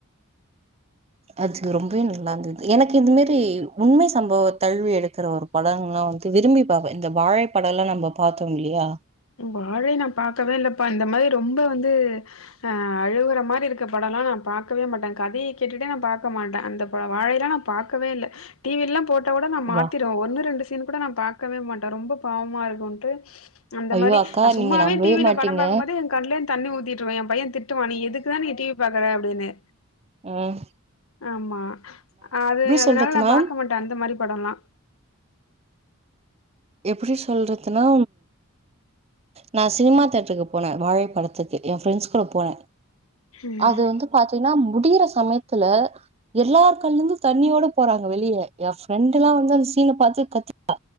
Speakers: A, on the right; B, on the left.
A: அது ரொம்பவே நல்லா இருந்தது எனக்கு இதுமேரி உண்மை சம்பவ தழுவி எடுக்கிற ஒரு படங்கெல்லா நா வந்துட்டு விரும்பி பாப்பே இந்த வாழை படோ எல்லா நம்ம பாத்தோ இல்லியா
B: வாழை நா பாகக்கவே இல்லப்பா இந்த மாரி ரொம்ப வந்து அ அழுவுற மாரி இருக்க படோள்ள நா பாக்கவே மாட்டே கதைய கேட்டுட்டே நா பாக்க மாட்டே அந்த வாழையெல்லா நா பாக்கவே இல்ல டிவில்லா போட்டா கூட நா மாத்திறுவ
A: வா
B: ஒன்னு ரெண்டு சீன் கூட நா பாக்கவே மாட்ட ரொம்ப பாவமாருக்குன்ட்டு அந்த
A: ஐயோ
B: மாரி
A: அக்கா
B: நா சும்மாவே
A: நீங்க நம்பவே
B: டிவில
A: மாட்டீங்க
B: படம் பாக்கும்போது எ கண்லந் தண்ணி ஊத்திட்ருக்கு எ பைய திட்டுவா நீ எதுக்கு தா நீ டி வி பாக்கற அப்பிடின்னு
A: ம்
B: ஆமா அது அதனால
A: சொல்றதுன்னா
B: நா பாக்க மாட்ட அந்த மாரி படொல்லா
A: எப்டி சொல்றதுனா நா சினிமா தேட்ருக்கு போன வாழைப்படத்துக்கு எ ஃப்ரெண்ட்ஸ் கூட போன
B: ம்.
A: அது வந்து பாத்தீங்கன்னா மு டியிர சமயத்துல எல்லார் கண்களருந்து தண்ணியோட போறாங்க வெளிய எ ஃப்ரெண்டு்ல்லா வந்து அந்த சீன பாத்து கத்திட்டா